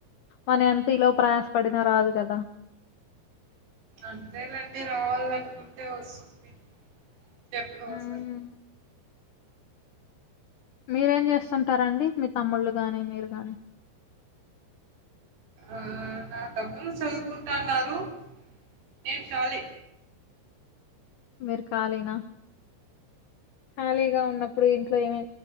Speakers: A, on the left (about 80°); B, on the right (about 65°).
A: మన ఎంత ఈలో ప్రయాసపడిన రాదు కదా
B: అంతేలండి రావాలనుకుంటే వస్తుంది తెప్పుకోసయి
A: మ్మ్. మీరేం చేస్తుంటారండి మీ తమ్ముళ్ళు గాని మీరు గాని
B: ఆ నా తమ్ముళ్లు చదువుకుంటాన్నారు నేను చాలి
A: మీరు కాలినా కాలీగా ఉన్నప్పుడు ఇంట్లో ఏమై